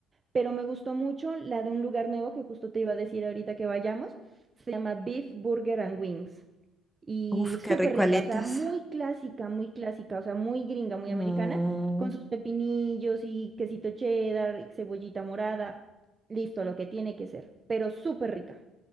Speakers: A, on the right; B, in the centre.
A: pero me gustó mucho la de un lugar nuevo que justo te iba a decir ahorita que vayamos. Se llama Beef Burger and Wings y
B: Uf, qué
A: súper
B: rico
A: rica,
B: aletas.
A: o sea, muy clásica, muy clásica, o sea, muy gringa, muy
B: Mm,
A: americana, con sus pepinillos y quesito cheddar y cebollita morada. Listo, lo que tiene que ser, pero súper rica.